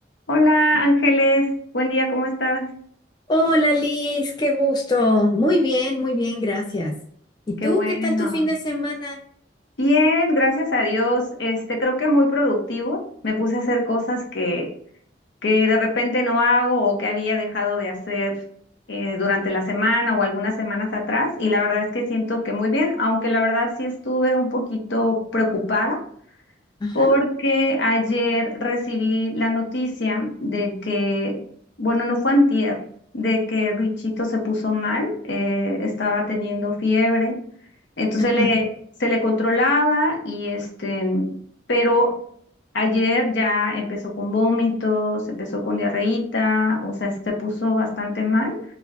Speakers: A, on the left; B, on the left.
A: Hola Ángeles, buen día, ¿cómo estás?
B: Hola Liz, qué gusto. Muy bien, muy bien, gracias. ¿Y
A: Qué
B: tú
A: bueno.
B: qué tal tu fin de semana?
A: Bien, gracias a Dios. Este, creo que muy productivo. Me puse a hacer cosas que, que de repente no hago o que había dejado de hacer eh, durante la semana o algunas semanas atrás. Y la verdad es que siento que muy bien, aunque la verdad sí estuve un poquito preocupada
B: Ajá.
A: porque ayer recibí la noticia de que, bueno, no fue antier, de que Richito se puso mal, eh, estaba teniendo fiebre, entonces le,
B: ah,
A: se le controlaba y este, pero ayer ya empezó con vómitos, empezó con diarreíta, o sea, se puso bastante mal.